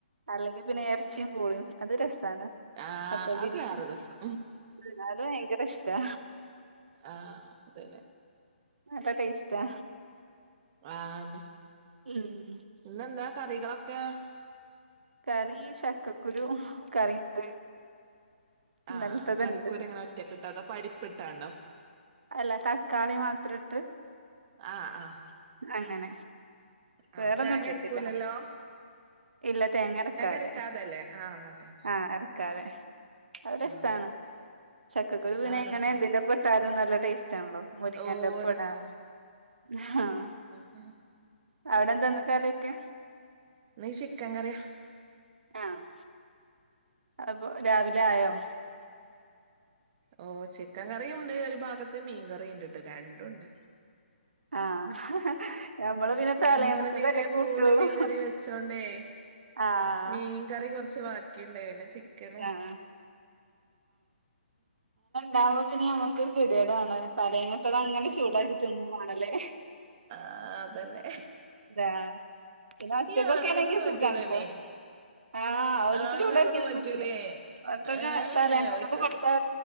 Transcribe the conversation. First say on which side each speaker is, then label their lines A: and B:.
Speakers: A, on the right; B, on the right.
A: അല്ലെങ്കിപിന്നെ എർച്ചിം പൂളീം അത് രെസാണ്
B: ആഹ്
A: കപ്പ ബിരിയാണി
B: അത് വേറെ രസം
A: ആഹ് അത് ഭയങ്കര ഇഷ്ട്ടാ
B: ആഹ് അതന്നെ
A: നല്ലടേസ്റ്റാ
B: ആന്നെ
A: ഉം
B: ഇന്നെന്താ കറികളൊക്കെ?
A: കറീ ചക്കക്കുരു കറിണ്ട്. ഇന്നലത്തത്ണ്ട്
B: ആഹ് ചക്കക്കുരുങ്ങനെ ഒറ്റക്കിട്ടതോ അതോ പരിപ്പ്ട്ടാണോ?
A: അല്ലതക്കാളി മാത്രട്ട്
B: ആഹ് ആഹ്
A: അങ്ങനെ
B: ആഹ്
A: വേറൊന്നുഇട്ടിട്ടില്ല.
B: തേങ്ങ അരക്കൂലല്ലോ
A: ഇല്ല തേങ്ങ അരക്കാതെ
B: അരക്കാതല്ലേ ആഹ് അതെ
A: ആഹ് എർ ക്കാതെ അത് രെസാണ്
B: ആഹ്
A: ചക്കക്കുരു പിന്നെങ്ങനെ
B: ആഹ് രസാണ്
A: എന്തിന്റെപ്പ ട്ടാലും നല്ല ടേസ്റ്റാണല്ലോ മുരിങ്ങന്റെപ്പോടാം
B: ഓ രസാണ്
A: ആഹ്
B: <unintelligible>
A: അവടെന്താന്ന് കറിക്കെ?
B: ന്നീ ചിക്കൻങ്കറിയാ
A: ആഹ് അതപ്പോ രാവിലെആയോ?
B: ഓഹ് ചിക്കൻങ്കറിയുണ്ട് ഒര്ഭാഗത്ത് മീൻങ്കറിണ്ട്ട്ടോ രണ്ടുവോണ്ട്.
A: ആഹ് ഞമ്മള് പിന്നെ തലേന്നത്തതല്ലേ
B: ഇന്നലെപിന്നെ
A: കൂട്ടൊള്ളൂ
B: പൂള് മീൻങ്കറി വെച്ചോണ്ടേ
A: ആഹ്
B: മീൻ കറികൊറച്ച് ബാക്കിയുണ്ടായി പിന്നെ ചിക്കനും
A: ആഹ് തമ്പോ പിന്നെ ഞമ്മക്ക് <unintelligible> തലേന്നത്താങ്ങനെ ചൂടാക്കി തിന്നുവാണെല്ലേ?
B: ആഹ് അതന്നെ
A: ഇതാ പിന്നെ ഒറ്റക്കൊക്കെയാണെങ്കി
B: ഈ ആണുങ്ങക്കൊന്നും
A: സുഖാണ്
B: പറ്റൂലണീ
A: ട്ടോ ആഹ് ഓൽക്ക്
B: ആണുങ്ങക്കൊന്നും
A: ചൂടാക്കിയൊന്നുംപറ്റൂല
B: പറ്റൂലേ
A: അവർക്കൊക്കെ
B: ഏ
A: തലേന്നത്തത്
B: ഓൽക്കൊക്കെ
A: കൊട്ത്താ